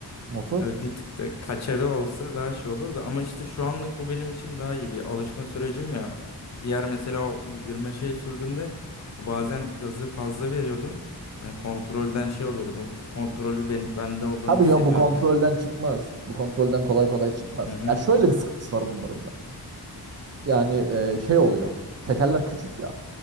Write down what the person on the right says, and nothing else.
motor?
Tabii
ya bu kontrolden
çıkmaz. Bu kontrolden kolay kolay çıkmaz.
Ya şöyle bir sıkıntısı var bunların da. Yani e, şey oluyor. Tekerler küçük ya.